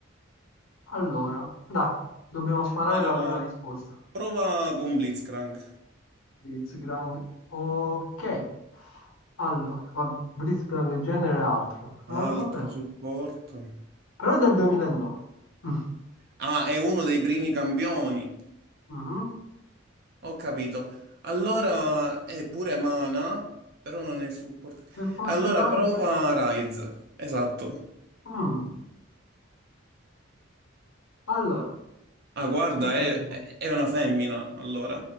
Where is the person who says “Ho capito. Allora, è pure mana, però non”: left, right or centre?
Right